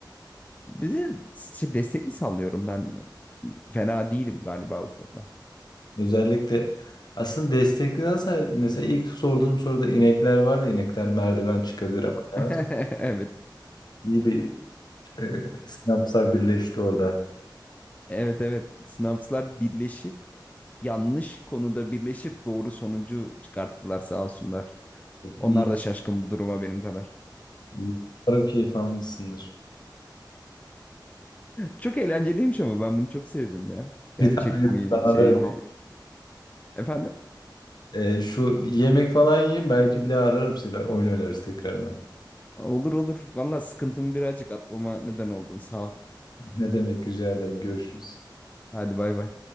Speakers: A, on the left (about 20°); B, on the left (about 60°).
A: Bize şey, destek mi sallıyorum ben? Fena değilim galiba o konuda.
B: Özellikle aslında destekleyen say mesela ilk sorduğum soruda inekler vardı. İnekler merdiven çıkabilir ama inemez.
A: <laughs> Evet.
B: İyi bir e, sinapslar birleşti orada.
A: Evet evet. Sinapslar birleşip yanlış konuda birleşip doğru sonucu çıkarttılar sağ olsunlar. Onlar
B: İyi,
A: da şaşkın bu duruma benim kadar.
B: iyi. Umarım keyif almışsındır.
A: Çok eğlenceliymiş ama ben bunu çok sevdim ya. Gerçek
B: Bir daha ben
A: mi
B: ararım.
A: şey mi? Efendim?
B: E, şu bir yemek falan yiyeyim belki bir daha ararım seni. Oyun oynarız tekrardan.
A: Olur olur. Valla sıkıntımı birazcık atmama neden oldun. Sağ ol.
B: Ne demek rica ederim. Görüşürüz.
A: Hadi bay bay.